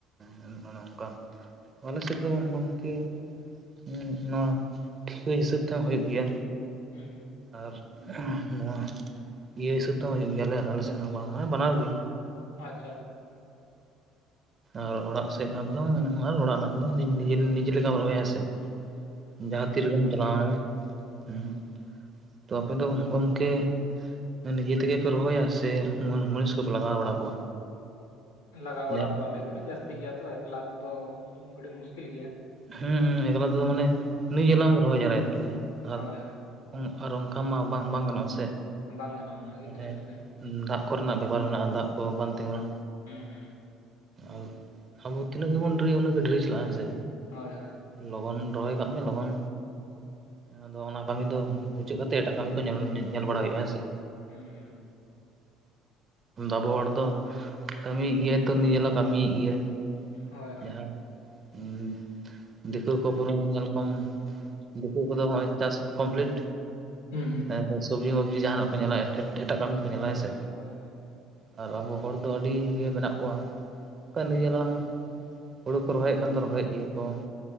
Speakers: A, on the right; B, on the left.
A: ᱦᱮᱸ ᱚᱱᱮ ᱚᱝᱠᱟ ᱟᱞᱮ ᱥᱮᱫ ᱫᱚ ᱩᱱ ᱱᱩᱝᱠᱤᱱ <unintelligible> ᱴᱷᱤᱠᱟᱹ ᱦᱤᱥᱟᱹᱵ ᱛᱮ ᱦᱚᱸ ᱦᱩᱭᱩᱜ ᱜᱮᱭᱟ
B: ᱦᱩᱸ ᱦᱩᱸ
A: ᱟᱨ ᱱᱚᱣᱟ ᱤᱭᱟᱹ ᱦᱤᱥᱟᱹᱵᱽ ᱛᱮᱦᱚᱸ ᱦᱩᱭᱩᱜ ᱜᱮᱭᱟ ᱟᱞᱮ ᱟᱞᱮ ᱥᱮᱫ ᱦᱚᱸ ᱵᱟᱝ ᱢᱟᱱᱮ ᱵᱟᱱᱟᱨ ᱜᱮ
B: ᱟᱪᱪᱷᱟ ᱟᱪ
A: ᱟᱨ ᱚᱲᱟᱜ ᱥᱮᱫ ᱨᱮᱱᱟᱜ ᱫᱚ ᱟᱨ ᱚᱲᱟᱜ ᱨᱮᱱᱟᱜ ᱫᱚ ᱱᱤᱡᱮ ᱞᱮᱠᱟᱢ ᱨᱚᱦᱚᱭᱟ ᱦᱮᱸ ᱥᱮ
B: ᱦᱩᱸ
A: ᱡᱟᱦᱟᱸ
B: ᱦᱩᱸ
A: ᱛᱤ ᱨᱮᱜᱮᱢ
B: ᱢᱟ
A: ᱪᱟᱞᱟᱣᱱᱟ
B: ᱴᱷᱤᱠ
A: ᱦᱮᱸ ᱛᱚ ᱟᱯᱮ ᱫᱚ ᱜᱚᱢᱠᱮ ᱱᱤᱡᱮ ᱛᱮᱜᱮ ᱯᱮ ᱨᱚᱦᱚᱭᱟ ᱥᱮ ᱢᱩᱱᱤᱥ ᱠᱚᱯᱮ ᱞᱟᱜᱟᱣ ᱵᱟᱲᱟ ᱠᱚᱣᱟ
B: ᱞᱟᱜᱟᱣ ᱵᱟᱲᱟ
A: ᱦᱮᱸ
B: ᱠᱚᱣᱟ ᱞᱮ ᱠᱟᱹᱴᱤᱡ ᱡᱟᱹᱥᱛᱤ ᱜᱮᱭᱟ ᱛᱚ ᱮᱠᱞᱟ ᱛᱮ ᱫᱚ ᱠᱟᱹᱴᱤᱡ ᱢᱩᱥᱠᱤᱞ ᱜᱮᱭᱟ
A: ᱦᱩᱸ ᱦᱩᱸ ᱮᱠᱞᱟ ᱛᱮᱫᱚ ᱢᱟᱱᱮ
B: ᱦᱩᱸ
A: ᱱᱤ-ᱡᱟᱞᱟᱢ
B: ᱦᱩᱸ,
A: ᱨᱚᱦᱚᱭ ᱡᱟᱣᱨᱟᱭᱟ ᱛᱟᱦᱞᱮ ᱟᱨ
B: ᱦᱳᱭ ᱦᱳᱭ
A: ᱟᱨ ᱚᱱᱠᱟ ᱢᱟ ᱵᱟᱝ ᱵᱟᱝ ᱜᱟᱱᱚᱜ-ᱟ ᱥᱮ
B: ᱵᱟᱝ ᱜᱟᱱᱚᱜ-ᱟ ᱚᱱᱟ ᱜᱮ
A: ᱢᱟᱱᱮ
B: ᱠᱟᱱᱟ ᱵᱮᱥᱚᱭ
A: ᱫᱟᱜ ᱠᱚᱨᱮ ᱱᱟᱜ ᱵᱮᱯᱟᱨ ᱢᱮᱱᱟᱜ-ᱟ ᱫᱟᱜ ᱠᱚ ᱵᱟᱝ ᱛᱤᱸᱜᱩᱱᱟ
B: ᱦᱩᱸ ᱦᱩᱸ
A: ᱟᱨ ᱟᱵᱚ ᱛᱤᱱᱟᱹᱜ ᱜᱮᱵᱚᱱ ᱰᱮᱨᱤᱭᱟ ᱩᱱᱟᱹᱜ ᱜᱮ ᱰᱮᱨᱤ ᱪᱟᱞᱟᱜ-ᱟ ᱦᱮᱸᱥᱮ
B: ᱦᱳᱭ ᱦᱳᱭ
A: ᱞᱚᱜᱚᱱ ᱨᱚᱦᱚᱭ ᱠᱟᱜ ᱢᱮ ᱞᱚᱜᱚᱱ ᱟᱫᱚ ᱚᱱᱟ ᱠᱟᱹᱢᱤ ᱫᱚ ᱢᱩᱪᱟᱹᱫ ᱠᱟᱛᱮ ᱮᱴᱟᱜ ᱠᱟᱹᱢᱤ ᱠᱚ ᱧᱮᱞ ᱧᱮᱞ ᱵᱟᱲᱟᱟᱭ ᱦᱩᱭᱩᱜ-ᱟ ᱦᱮᱸᱥᱮ
B: ᱦᱩᱸ ᱦᱩᱸ
A: ᱟᱵᱚ ᱦᱚᱲ ᱫᱚ ᱠᱟᱹᱢᱤᱭᱮᱫ ᱜᱮᱭᱟᱭ ᱛᱚ ᱱᱤ-ᱡᱟᱞᱟ ᱠᱟᱹᱢᱤᱭᱮᱫ ᱜᱮᱭᱟᱭ
B: ᱦᱳᱭ ᱦᱳᱭ
A: ᱡᱟᱦᱟᱸ ᱦᱩ ᱫᱤᱠᱩ ᱠᱚ ᱵᱚᱨᱚᱢ ᱧᱮᱞ ᱠᱚᱢ ᱫᱤᱠᱩ ᱠᱚ ᱫᱚ ᱱᱚᱜ-ᱚᱭ ᱪᱟᱥ ᱠᱚᱢᱯᱞᱤᱴ
B: ᱦᱩᱸ ᱦᱩᱸ
A: ᱟᱫᱚ ᱥᱚᱵᱽᱡᱤ ᱢᱚᱵᱡᱤ ᱡᱟᱦᱟᱱᱟᱜ ᱠᱚ ᱧᱮᱞᱟ ᱮᱴᱟᱜ ᱠᱟᱹᱢᱤ ᱠᱚ ᱧᱮᱞᱟ ᱦᱮᱸ ᱥᱮ
B: ᱦᱳᱭ ᱦᱳᱭ ᱦᱳᱭ
A: ᱟᱨ ᱟᱵᱚ ᱦᱚᱲ ᱫᱚ ᱟᱹᱰᱤ ᱜᱮ ᱢᱮᱱᱟᱜ ᱠᱚᱣᱟ ᱠᱟᱹ ᱱᱤ-ᱡᱟᱞᱟ ᱦᱩᱲᱩ ᱠᱚ ᱨᱚᱦᱚᱭ
B: ᱦᱳᱭ,
A: ᱮᱫ ᱠᱷᱟᱱ ᱫᱚ ᱨᱚᱦᱚᱭ ᱮᱫ ᱜᱮᱭᱟ ᱠᱚ